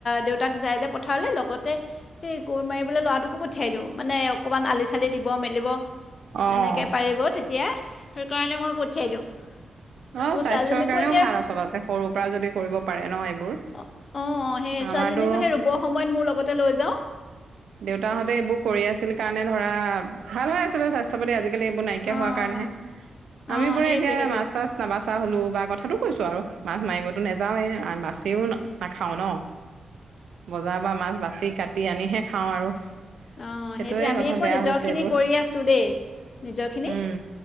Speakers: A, on the left (about 40°); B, on the right (about 80°).
A: দেউতাক যায় যে পথাৰলৈ লগতে সেই কোৰ মাৰিবলৈ ল'ৰাটোকো পঠিয়াই দিওঁ মানে অকণমান আলি চালি দিব মেলিব
B: অ',
A: সেনেকে পাৰিব তেতিয়া সেইকাৰণে মই পঠিয়াই দিওঁ।
B: অ
A: আকৌ
B: স্বাস্থ্যৰ
A: ছোৱালীজনীকো
B: কাৰণেও
A: এতিয়া
B: ভাল আচলতে সৰুৰ পৰা যদি কৰিব পাৰে ন এইবোৰ।
A: অ'অ'অ', সেই ছোৱালীজনীকো
B: আমাৰতো
A: সেই ৰুবৰ সময়ত মোৰ লগতে লৈ যাওঁ।
B: দেউতাহঁতে এইবোৰ কৰি আছিল কাৰণে ধৰা ভাল হৈ আছিলে সাস তাপ <unintelligible> আজিকালি এইবোৰ নাইকিয়া
A: অঁ
B: হোৱাৰ কাৰণেহে, আমি
A: অঁ
B: বোৰে
A: সেইটোৱে
B: এতিয়া
A: সেইটোৱে
B: মাছ-চাছ নাবাচা হলো বা কথাতটো কৈছো আৰু মাছ মাৰিবতো নাযাওঁৱেই <unintelligible> বাচিও নাখাওঁ ন। বজাৰৰ পৰা মাছ বাচি কাটি আনিহে খাওঁ আৰু।
A: অ'
B: সেইটোয়ে
A: সেইটোৱে আমি
B: কথা
A: আকৌ
B: বেয়া
A: নিজৰ
B: হৈছে
A: খিনি
B: এইবোৰ
A: কৰি আছো দেই। নিজৰখিনি,
B: উম,